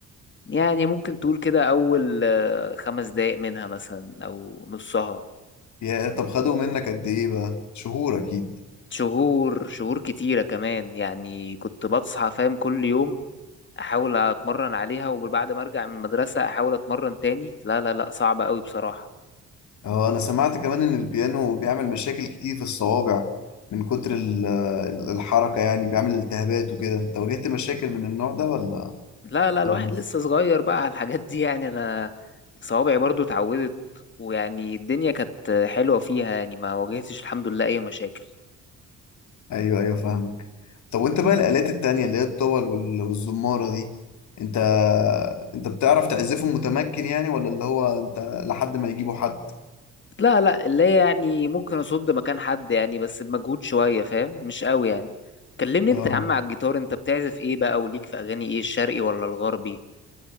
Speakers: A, on the left; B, on the left.
A: يعني ممكن تقول كده اول آه، خمس دقايق منها مثلا او نصها
B: يا طب خدوا منك قد ايه بقى شهور اكيد
A: شهور شهور كتيرة كمان يعني كنت بصحى فاهم كل يوم احاول اتمرن عليها وبعد ما ارجع من المدرسة احاول اتمرن تاني لا لا لا صعبة قوي بصراحة
B: اه انا سمعت كمان ان البيانو بيعمل مشاكل كتير في الصوابع من كتر ال- ال- الحركة يعني بيعمل التهابات وكده انت واجهت مشاكل من النوع ده ولا
A: لا لا الواحد
B: ولا مش؟
A: لسه صغير بقى على الحاجات دي يعني انا صوابعي برضو اتعودت ويعني الدنيا كانت حلوة فيها يعني ما واجهتش الحمد لله اي مشاكل
B: ايوه ايوه فاهمك طب وانت بقى الآلات التانية اللي هي الطول وال- والزمارة دي انت انت بتعرف تعزفهم متمكن يعني ولا اللي هو انت لحد ما يجيبوا حد
A: لا لا اللي هي يعني ممكن اصد مكان حد يعني بس بمجهود شوية فاهم مش قوي يعني كلمني
B: اه
A: انت يا عم على الجيتار انت بتعزف ايه بقى وليك في اغاني ايه الشرقي ولا الغربي